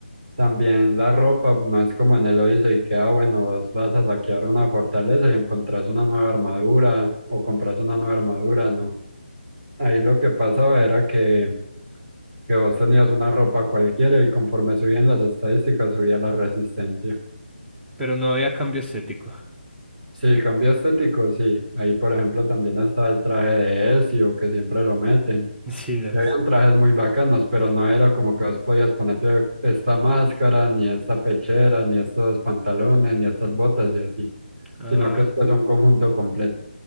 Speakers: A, on the right; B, in the centre.
A: También la ropa no es como en el Odyssey que, ah, bueno, vos vas a saquear una fortaleza y encontrás una nueva armadura o compras una nueva armadura, no. Ahí lo que pasaba era que, que vos tenías una ropa cualquiera y conforme subían las estadísticas subía la resistencia.
B: Pero no había cambio estético. <laughs>
A: Sí, cambio estético, sí. Ahí, por ejemplo, también está el traje de Ezio, que siempre lo meten.
B: Sí, das.
A: Y habían trajes muy bacanos, pero no era como que vos podías ponerte esta máscara, ni esta pechera, ni estos pantalones, ni estas botas y así,
B: Ah,
A: sino que es pues un conjunto completo.